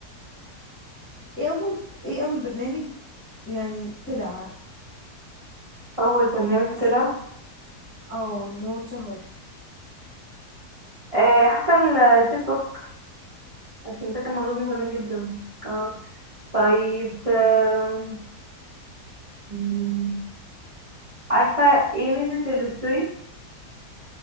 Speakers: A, on the left; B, on the right.
A: ايه اول ايه اول برنامج يعني طلع
B: أول برنامج
A: يعني حاسه
B: طلع
A: ان اه اللي هو اتشهر
B: آه، حصل الفيسبوك عشان ده كان موجود
A: اه
B: من
A: هو
B: زمان
A: الفيسبوك
B: جدا اه طيب آه، مم. عارفة ايه ميزة الستوري؟